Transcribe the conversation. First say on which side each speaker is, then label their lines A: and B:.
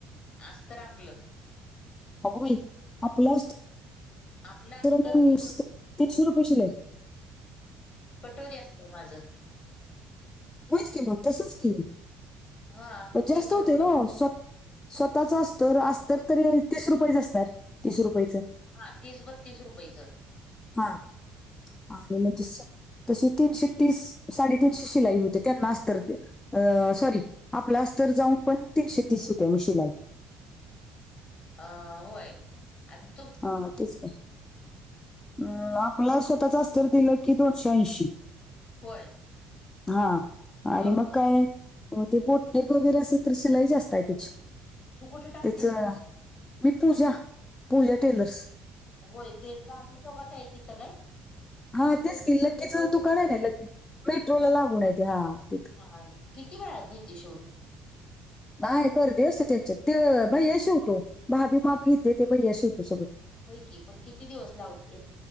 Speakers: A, on the left (about 45°); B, on the left (about 20°).
A: आस्तर आपलं.
B: अगंबाई आपलं असतं
A: आपलं अस्तर
B: तरी बी नई तीनशे रुपये शिलाई
A: कटोरी असत माझं.
B: होयत कि मग तसच की
A: हा
B: पनं जास्त
A: तीनशे
B: होते
A: रुपये
B: हो स् स्वतःच अस्तर अस्तर तरी तीस रुपयाच असणार तीस रुपयाचं.
A: हा तीस बत्तीस रुपयच.
B: हा आणि म्हणजे तशी तीनशे तीस साडेतीनशे शिलाई होते. त्यांना अस्तर दे अं सॉरी आपला अस्तर जाऊन पण तीनशे तीस होते ओ शिलाई.
A: अ होय आण
B: हा तेच की. अं आपला स्वतःचं अस्तर दिलं की दोनशे ऐंशी.
A: होय
B: हा आणि
A: ह
B: मग
A: ह
B: काय? हो ते बोटनिक वगैरे असल तर शिलाई जास्त हाय त्याची.
A: तू कुठे टाकतीस
B: त्याच मी पूजा. पूजा टेलर्स.
A: होय ते गांधी चौकात हाय तिथं काय?
B: हा
A: मेट्रोच्या
B: तेच की लक्कीचं दुकान
A: तिथं
B: हाय ना लक्की मेट्रोला लागून आय ते हा तिथ.
A: हा. किती वेळात दिति शिवुन?
B: नाय गर्दी असती त्यांच्यात ते भैया शिवतो भाभी माप घेतीया ते भैया शीवतो सगळत.
A: होय की पण किती दिवस लावतो